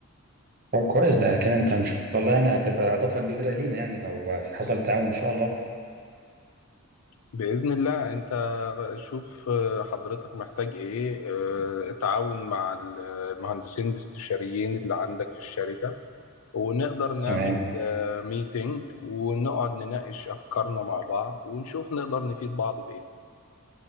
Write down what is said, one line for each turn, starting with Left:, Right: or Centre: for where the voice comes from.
Right: طب كويس ده كده انت ان شاء الله يعني هتبقى اضافة كبيرة لينا يعني لو في حصل تعاون ان شاء الله
Left: بإذن الله أنت شوف آه، حضرتك محتاج إيه آه، اتعاون مع المهندسين الاستشاريين اللي عندك في الشركة ونقدر نعمل
Right: تمام
Left: آه، ميتينج ونقعد نناقش أفكارنا مع بعض ونشوف نقدر نفيد بعض بإيه